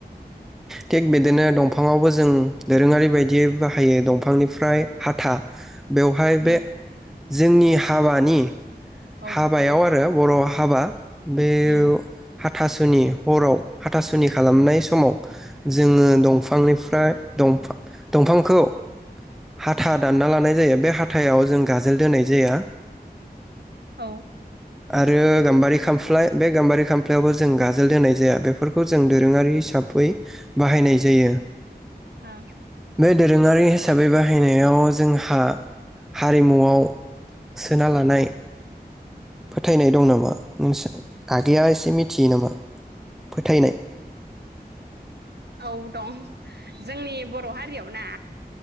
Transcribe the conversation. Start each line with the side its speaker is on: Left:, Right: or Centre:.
Centre: थिग बिदिनो दंफाङावबो जों दोरोङारि बायदि बिदि बाहायो दंफांनिफ्राय हाथा बेवहाय बे
Right: उम
Centre: जोंनि हाबानि
Right: औ
Centre: हाबायाव आरो बर' हाबा। बे
Right: उम
Centre: हाथासुनि हराव हाथासुनि खालामनाय समाव जोङो दंफांनिफ्राय दंफां दंफांखौ हाथा दानना लानाय जायो बे हाथाव जों गाजोल दोनाय जाया
Right: औ।
Centre: आरो गाम्बारि खामफ्लाय बे गाम्बारि खामफ्लायावबो जों गाजोल दोननाय जाया बेफोरखौ जों दोरोङारि हिसाबै बाहायनाय जायो।
Right: आ
Centre: बे दोरोङारि हि हिसाबै बाहायनायाव जोंहा हारिमुआव सोना लानाय फोथायनाय दं नामा नोंसोर आगैया एसे मिथियो नामा फोथायनाय
Right: औ दं जोंनि बर' हारियाव ना